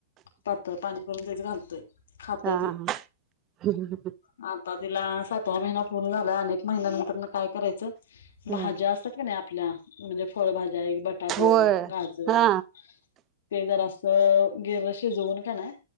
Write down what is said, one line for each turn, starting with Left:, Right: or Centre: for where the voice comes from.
Left: पातळ पानी भिजत घालतोय खात्या
Right: हा
Left: ती
Right: हम्
Left: आता तिला सातवा महिना पूर्ण झाला अनेक महिन्यानंतर काय करायचं
Right: ह
Left: भाज्या असतात का नाही आपल्या म्हणजे फळभाज्या बटाटो
Right: होय
Left: गाजर
Right: हा
Left: ते जरा असं गिर्रर्र शिजवून घ्यायचं